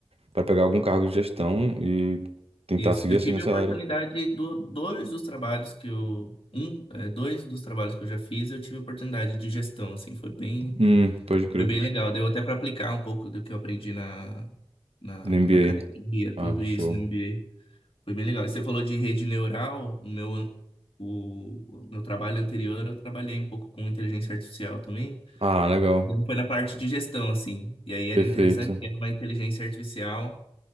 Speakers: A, on the right; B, on the left.
A: Pra pegar algum cargo de gestão e tentar
B: Isso,
A: seguir
B: eu
A: assim
B: tive
A: nessa
B: a oportunidade
A: área.
B: do dois dos trabalhos que eu um, é, dois dos trabalhos que eu já fiz, eu tive a oportunidade de gestão, assim, foi bem,
A: Hum, pode crer.
B: foi bem legal. Deu até para aplicar um pouco do que eu aprendi na, na,
A: No MBA.
B: na academia, tudo
A: Ah, show.
B: isso no MBA. Foi bem legal. E você falou de rede neural, no meu an- o, o meu trabalho anterior, eu trabalhei um pouco com inteligência artificial também.
A: Ah, legal.
B: Então, Foi na parte de gestão, assim. E aí era
A: Perfeito.
B: interessante que era uma inteligência artificial